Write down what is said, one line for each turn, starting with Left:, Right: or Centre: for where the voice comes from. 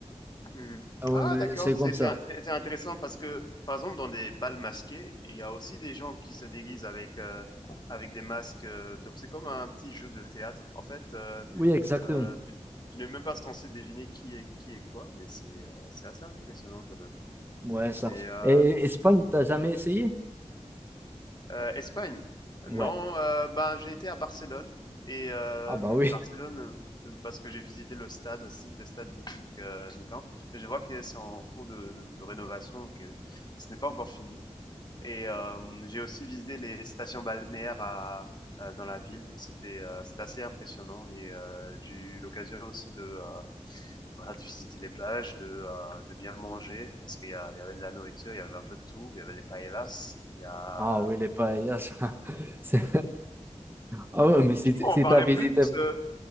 Left: mhm.
Right: Ah ouais,
Left: Ah,
Right: mais
Left: d'accord.
Right: c'est comme
Left: C'est
Right: ça.
Left: c'est- c'est- c'est intéressant parce que, par exemple, dans des balles masqués, il y a aussi des gens qui se déguisent avec, euh, avec des masques. euh, donc, c'est comme un petit jeu de théâtre. En fait, euh,
Right: Oui, exactement.
Left: euh, tu, tu n'es même pas censé deviner qui est, qui est quoi, mais c'est euh, c'est assez impressionnant quand même.
Right: Ouais, ça.
Left: C'est. euh,
Right: Et Espagne, t'as jamais essayé?
Left: Euh, Espagne.
Right: Ouais.
Left: Non, euh, ben, j'ai été à Barcelone. Et euh,
Right: Ah bah oui.
Left: Barcelone,
Right: <laughs>
Left: euh, parce que j'ai visité le stade aussi, le stade mythique euh, Nou Camp. Mais je vois que c'est en cours de, de, de rénovation, que ce n'est pas encore fini. Et euh, j'ai aussi visité les stations balnéaires à, à- dans la ville. C'était euh, c'était assez impressionnant et euh, j'ai eu l'occasion aussi de, euh, voilà, de visiter les plages, de, euh, de bien manger parce qu'il y, a- il y avait de la nourriture, il y avait un peu de tout. Il y avait les paellas, il y a
Right: Ah
Left: euh,
Right: oui, les paellas. <laughs> C'est- Ah ouais, mais si,
Left: Tu peux
Right: si
Left: en parler
Right: t'as visité.
Left: plus euh,